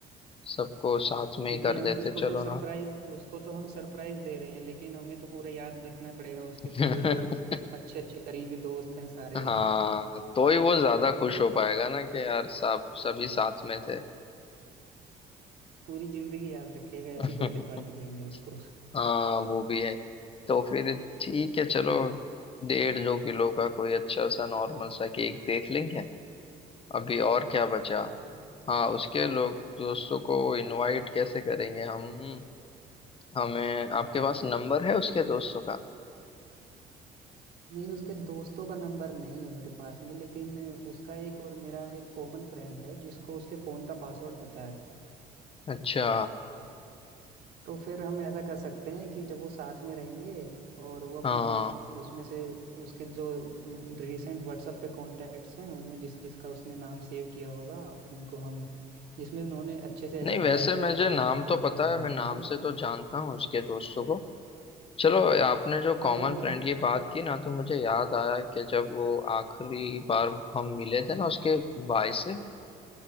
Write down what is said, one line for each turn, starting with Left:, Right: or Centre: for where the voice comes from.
Left: सबको साथ में
Right: क्योंकि
Left: ही कर
Right: हम
Left: देते
Right: उसको
Left: चलो
Right: तो सरप्राइज
Left: ना
Right: उसको तो हम सरप्राइज दे रहे हैं लेकिन हमें तो पूरा याद रखना पड़ेगा उसके
Left: <laughs>
Right: कु- जो जो अच्छे अच्छे करीबी दोस्त हैं सारे
Left: हाँ
Right: <laughs>
Left: तो ही वो ज्यादा खुश हो पाएगा ना कि यार सब सभी साथ में थे
Right: पूरी जिंदगी याद रखेगा
Left: <laughs>
Right: ऐसी बर्थडे पार्टी देंगे उसको
Left: हाँ वो भी है तो फिर ठीक है चलो डेढ़ दो किलो का कोई अच्छा सा नॉर्मल सा केक देख लेंगे अभी और क्या बचा
Right: हाँ
Left: हाँ उसके लोग दोस्तों को इनवाइट कैसे करेंगे हम हमें आपके पास नंबर है उसके दोस्तों का
Right: नहीं उसके दोस्तों का नंबर नहीं है मेरे पास में लेकिन उसका एक और मेरा एक कॉमन फ्रेंड है जिसको उसके फोन का पासवर्ड पता है
Left: अच्छा
Right: तो फिर हम ऐसा कर सकते हैं कि जब वो साथ में रहेंगे और वो अपने
Left: हाँ
Right: उसमें से उसके जो रिसेंट WhatsApp पे कॉन्टैक्ट्स हैं उनमें जिस जिसका उसने नाम सेव किया होगा उनको हम जिसमें उन्होंने अच्छे से ऐसे
Left: नहीं वैसे
Right: भाई वगैरह
Left: मुझे
Right: लिखा
Left: नाम
Right: होगा कॉन्टैक्ट
Left: तो पता
Right: में
Left: है
Right: आखिरी
Left: मैं नाम
Right: में
Left: से तो जानता हूँ उसके दोस्तों को चलो आपने जो
Right: हाँ
Left: कॉमन
Right: उनका
Left: फ्रेंड की बात की ना तो मुझे याद आया कि जब वो आखिरी बार हम मिले थे ना उसके भाई से